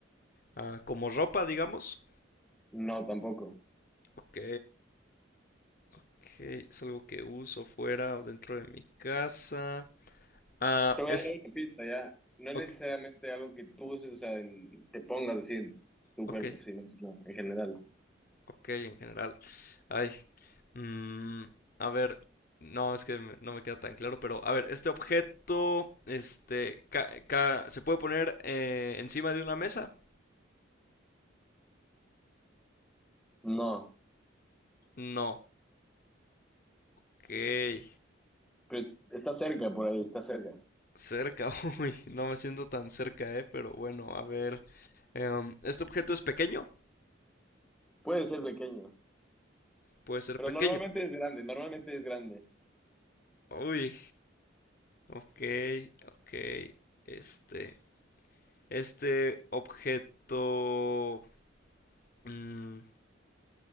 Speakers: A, on the left (about 45°); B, in the centre.
A: ah, como ropa, digamos.
B: No, tampoco.
A: Ok, ok, es algo que uso fuera o dentro de mi casa. Ah,
B: Te
A: uh,
B: voy
A: es...
B: a dar una pista ya. No
A: Ok,
B: necesariamente algo que tú uses, o sea, en- te pongas así en tu
A: ok.
B: cuerpo, sino no, en general.
A: Ok, en general. Ay. mm, a ver. No, es que me- no me queda tan claro, pero a ver, este objeto, este, ca- ca- ¿se puede poner eh, encima de una mesa?
B: No,
A: No. Ok. Eh,
B: pero está cerca por ahí, está cerca.
A: cerca, <laughs> uy, no me siento tan cerca, eh, pero bueno, a ver. Em, ¿este objeto es pequeño?
B: Puede ser pequeño,
A: Puede ser
B: pero
A: pequeño.
B: normalmente es grande, normalmente es grande.
A: Uy, ok, ok. Este, este objeto... mm,